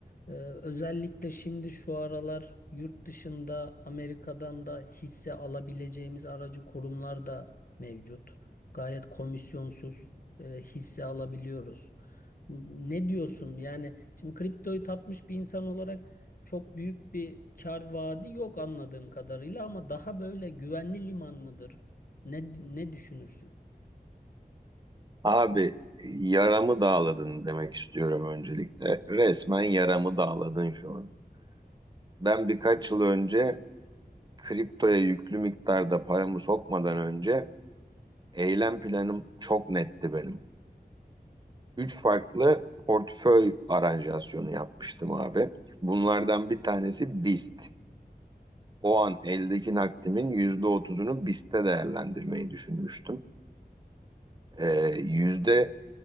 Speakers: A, on the left; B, on the right.
A: E, özellikle şimdi şu aralar yurt dışında Amerika'dan da hisse alabileceğimiz aracı kurumlar da mevcut. Gayet komisyonsuz e, hisse alabiliyoruz. Ne diyorsun? Yani şimdi kriptoyu tapmış bir insan olarak çok büyük bir kar vaadi yok anladığım kadarıyla ama daha böyle güvenli liman mıdır? Ne ne düşünürsün?
B: Abi yaramı dağladın demek istiyorum öncelikle. Resmen yaramı dağladın şu an. Ben birkaç yıl önce kriptoya yüklü miktarda paramı sokmadan önce eylem planım çok netti benim. Üç farklı portföy aranjasyonu yapmıştım abi. Bunlardan bir tanesi BIST. O an eldeki nakdimin yüzde otuzunu BIST'te değerlendirmeyi düşünmüştüm. Ee, yüzde